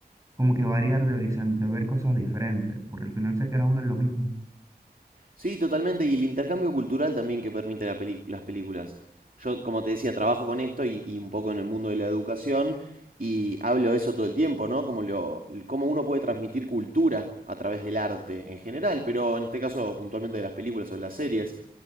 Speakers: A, on the right; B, on the right.
A: como que variar de horizonte, ver cosas diferentes, porque al final se queda uno en lo mismo.
B: Sí, totalmente. Y el intercambio cultural también que permite la peli- las películas. Yo, como te decía, trabajo con esto y, y un poco en el mundo de la educación y hablo de eso todo el tiempo, ¿no? Como lo, cómo uno puede transmitir cultura a través del arte en general, pero en este caso puntualmente de las películas o de las series.